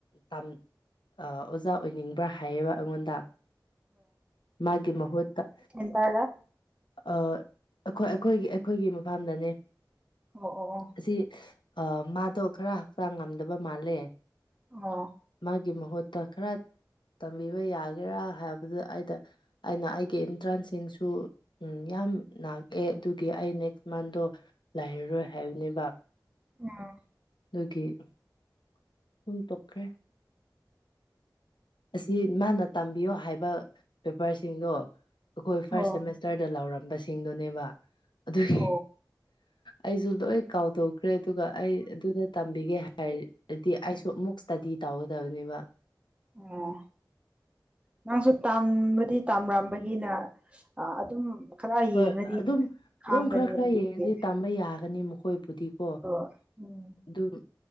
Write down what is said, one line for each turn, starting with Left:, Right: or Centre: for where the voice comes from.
Left: ꯇꯝ ꯑ ꯑꯣꯖꯥ ꯑꯣꯏꯅꯤꯡꯕ꯭ꯔꯥ ꯍꯥꯏꯌꯦꯕ ꯑꯩꯉꯣꯟꯗ ꯃꯥꯒꯤ ꯃꯍꯨꯠꯇ꯫
Right: ꯀꯥꯏꯗ꯫
Left: ꯑ ꯑꯩꯈꯣꯏ ꯑꯩꯈꯣꯏꯒꯤ ꯑꯩꯈꯣꯏꯒꯤ ꯃꯐꯝꯗꯅꯦ꯫
Right: ꯑꯣ ꯑꯣ ꯑꯣ꯫
Left: ꯑꯁꯤ ꯑ ꯃꯥꯗꯣ ꯈꯔ ꯍꯛꯆꯥꯡ ꯉꯝꯗꯕ ꯃꯥꯜꯂꯦ꯫
Right: ꯑꯣ꯫
Left: ꯃꯥꯒꯤ ꯃꯍꯨꯠꯇ ꯈꯔ ꯇꯝꯕꯤꯕ ꯌꯥꯒꯦꯔꯥ ꯍꯥꯏꯕꯗ ꯑꯩꯗ ꯑꯩꯅ ꯑꯩꯒꯤ ꯑꯤꯟꯇ꯭ꯔꯟꯁꯤꯡꯁꯨ ꯎꯝ ꯌꯥꯝ ꯉꯥꯛꯑꯦ ꯑꯗꯨꯒꯤ ꯑꯩ ꯅꯦꯛꯁ ꯃꯟꯗꯣ ꯂꯩꯔꯔꯣꯏ ꯍꯥꯏꯕꯅꯦꯕ꯫
Right: ꯑꯣ꯫
Left: ꯑꯗꯨꯒꯤ ꯑꯗꯨꯨꯝ ꯇꯣꯛꯈ꯭ꯔꯦ꯫ ꯑꯁꯤ ꯃꯥꯅ ꯇꯝꯕꯤꯌꯣ ꯍꯥꯏꯕ ꯄꯦꯄꯔꯁꯤꯡꯗꯣ ꯑꯩꯈꯣꯏ ꯐꯥꯔꯁ
Right: ꯑꯣ
Left: ꯁꯦꯃꯦꯁ ꯇꯔꯗ ꯂꯥꯎꯔꯝꯕꯁꯤꯡꯗꯨꯅꯦꯕ ꯑꯗꯨꯒꯤ
Right: ꯑꯣ
Left: ꯑꯩꯁꯨ ꯂꯣꯏ ꯀꯥꯎꯊꯣꯛ ꯈ꯭ꯔꯦ ꯑꯗꯨꯒ ꯑꯩ ꯑꯗꯨꯗ ꯇꯝꯕꯤꯒꯦ ꯍꯥꯏꯔꯗꯤ ꯑꯩꯁꯨ ꯑꯃꯨꯛ ꯏꯁꯇꯗꯤ ꯇꯧꯒꯗꯕꯅꯦꯕ꯫
Right: ꯑꯣ꯫ ꯅꯪꯁꯨ ꯇꯝꯕꯗꯤ ꯇꯝꯔꯝꯕꯒꯤꯅ ꯑ ꯑꯗꯨꯝ ꯈꯔ
Left: ꯍꯣꯏ
Right: ꯌꯦꯡꯉꯗꯤ
Left: ꯑꯗꯨꯝ
Right: ꯈꯥꯡꯒꯅꯤ
Left: ꯑꯗꯨꯝ ꯈꯔ ꯈꯔ
Right: ꯑꯗꯨꯗꯤ
Left: ꯌꯦꯡꯉꯗꯤ ꯇꯝꯕ ꯌꯥꯒꯅꯤ ꯃꯈꯣꯏꯕꯨꯗꯤ ꯀꯣ
Right: ꯍꯣꯏ ꯎꯝ
Left: ꯑꯗꯨꯝ